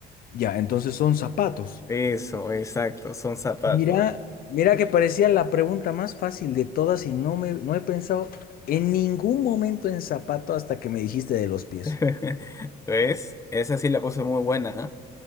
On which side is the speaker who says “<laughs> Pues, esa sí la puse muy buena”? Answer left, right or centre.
Left